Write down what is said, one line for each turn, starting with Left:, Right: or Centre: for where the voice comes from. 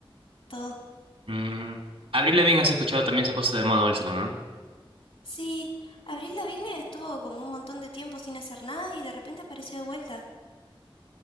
Left: todo.
Right: Mm, Avril Lavigne has escuchado también se ha puesto de moda último, ¿no?
Left: Sí, Abril Lavigne estuvo como un montón de tiempo sin hacer nada y de repente apareció de vuelta.